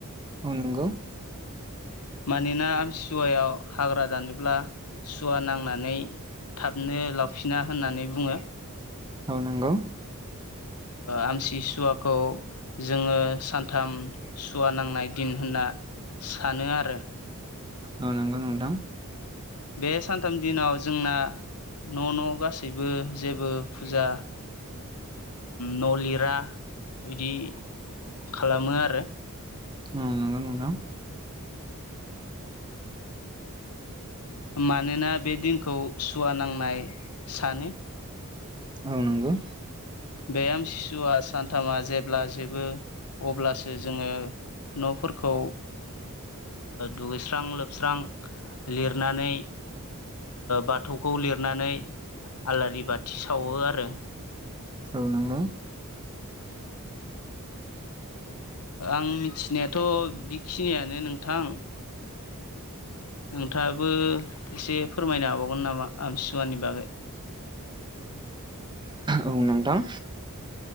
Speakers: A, on the right (about 20°); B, on the left (about 80°).
A: नंगौ
B: मानोना आमथिसुवायाव हाग्रा दानोब्ला सुवा नांनानै थाबनो लावफिना होननानै बुङो
A: औ नंगौ
B: आमथिसुवाखौ जोङो सानथाम सुवा नांनाय दिन होनना सानो आरो
A: औ नंगौ नोंथां
B: बे सानथाम दिनाव जोंना न' न' गासैबो जेबो फुजा न' लिरा बिदि खालामो आरो
A: ओ नंगो नोंथां
B: मानोना बे दिनखौ सुवा नांनाय सानो
A: औ नांगौ
B: बे आमथिसुआ सानथामा जेब्ला जोबो अब्लासो जोङो न'फोरखौ दुगैस्रां लोबस्रां लिरनानै बाथौखौ लिरनानै आलारि बाथि सावो आरो
A: औ नंगौ
B: आं मिथिनायाथ' बिखिनियानो नोंथां नोंथां आबो एसे फोरमायनो हाबावगोन नामा आमथिसुवानि बागै
A: औ नोंथां